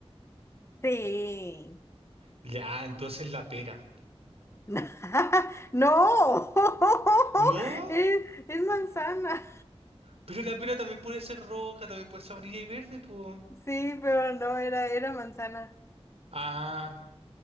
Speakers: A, on the left; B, on the right.
A: Sí.
B: Ya, entonces la pera.
A: <laughs> No.
B: No,
A: <laughs> Es, es manzana.
B: pero la pera también puede ser roja, también puede ser amarilla y verde, pues.
A: Sí, pero no, era, era manzana.
B: Ah,